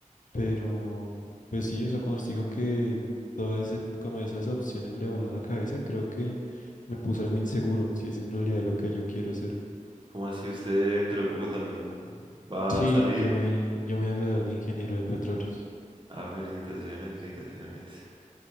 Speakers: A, on the left (about 70°); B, on the right (about 35°).
A: pero pues sí, o sea, cuando usted dijo que todas ese, como esas opciones le volaron la cabeza, creo que me puse algo inseguro, si es en realidad lo que yo quiero hacer.
B: como así usted dentro de poco también va
A: Sí,
B: a salir.
A: yo me, yo me voy a graduar de ingeniero de petróleos.
B: Ah, felicitaciones, felicitaciones.